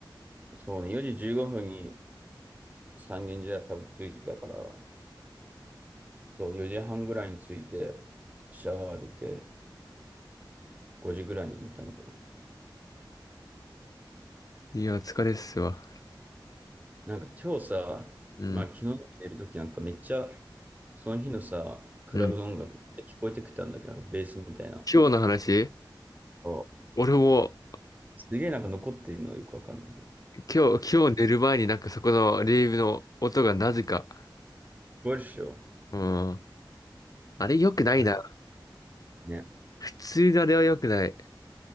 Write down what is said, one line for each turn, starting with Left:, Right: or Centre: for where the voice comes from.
Right: そうね、4時15分に三軒茶屋多分着いたから、そう、4時半ぐらいに着いて、シャワー浴びて、5時ぐらいに寝たのか
Left: いや、疲れっすわ。
Right: なんか今日さ、
Left: うん。
Right: まあ昨日の夜寝るときなんかめっちゃ、その日のさ、クラブの音楽って聞こえてきたんだけど、
Left: うん。
Right: なんかベースみたいな。
Left: 今日の話
Right: そう
Left: 俺も、
Right: すげえなんか残ってるのよくわかんないけど。聞
Left: 今日、今日寝る前になんかそこのレイブの音がなぜか。
Right: こえるっしょ
Left: うん。あれ良くないな。
Right: マジね。
Left: 普通のあれは良くない。